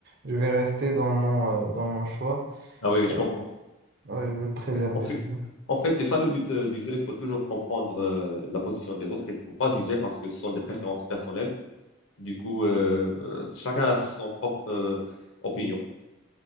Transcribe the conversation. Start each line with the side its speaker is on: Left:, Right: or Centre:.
Right: je vais rester dans mon, euh, dans mon choix
Left: Ah oui, oui,
Right: et
Left: je comprends.
Right: ouais, je vais le préserver,
Left: En fait,
Right: tu vois.
Left: en fait, c'est ça le but euh, du jeu. Il faut toujours comprendre euh, la position des autres. Il ne faut pas juger parce que ce sont des préférences personnelles. Du coup, euh, euh, chacun a son propre euh, opinion.